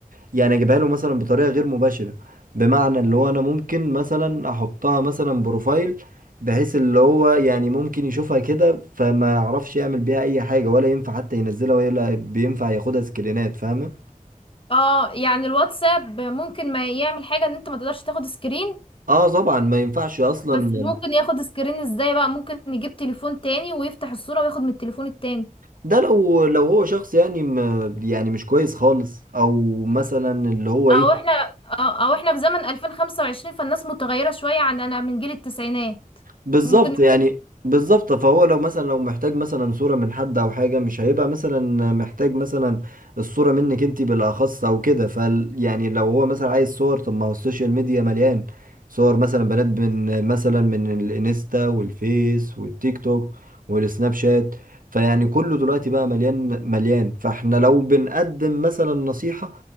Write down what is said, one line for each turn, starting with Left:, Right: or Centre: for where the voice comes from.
Right: يعني اجيبها له مثلا بطريقة غير مباشرة بمعنى اللي هو انا ممكن مثلا احطها مثلا بروفايل بحيث اللي هو يعني ممكن يشوفها كده فما يعرفش يعمل بيها اي حاجة ولا ينفع حتى ينزلها ولا بينفع ياخدها سكرينات فاهمة
Left: اه يعني الواتساب ممكن ما يعمل حاجة ان انت ما تقدرش تاخد سكرين
Right: اه طبعا ما ينفعش اصلا
Left: بس ممكن ياخد سكرين ازاي بقى ممكن يجيب تليفون تاني ويفتح الصورة وياخد من التليفون التاني
Right: ده لو لو هو شخص يعني م يعني مش كويس خالص او مثلا اللي هو ايه
Left: او احنا او أو احنا في زمن 2025 فالناس متغيرة شوية عننا من جيل التسعينات
Right: بالظبط
Left: ممكن
Right: يعني بالظبط فهو لو مثلا لو محتاج مثلا صورة من حد او حاجة مش هيبقى مثلا محتاج مثلا الصورة منك انت بالاخص او كده فال يعني لو هو مثلا عايز صور طب ما هو السوشيال ميديا مليان صور مثلا بنات من مثلا من الانستا والفيس والتيك توك والسناب شات فيعني كله دلوقتي بقى مليان مليان فاحنا لو بنقدم مثلا نصيحة